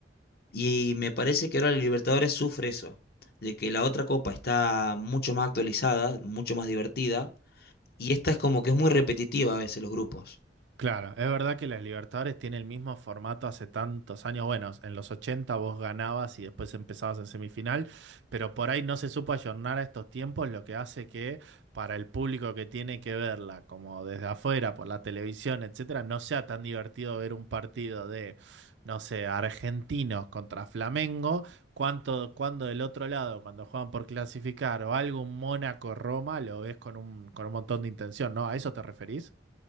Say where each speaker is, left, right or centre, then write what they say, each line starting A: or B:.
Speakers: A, on the left; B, on the right.
A: y me parece que ahora la Libertadores sufre eso, de que la otra copa está mucho más actualizada, mucho más divertida y esta es como que es muy repetitiva a veces los grupos.
B: Claro, es verdad que las Libertadores tiene el mismo formato hace tantos años. Bueno, en los 80 vos ganabas y después empezabas en semifinal, pero por ahí no se supo ayornar a estos tiempos, lo que hace que para el público que tiene que verla, como desde afuera, por la televisión, etcétera, no sea tan divertido ver un partido de, no sé, argentinos contra Flamengo, cuanto, cuando del otro lado, cuando juegan por clasificar o algo, un Mónaco-Roma, lo ves con un, con un montón de intención, ¿no? ¿A eso te referís?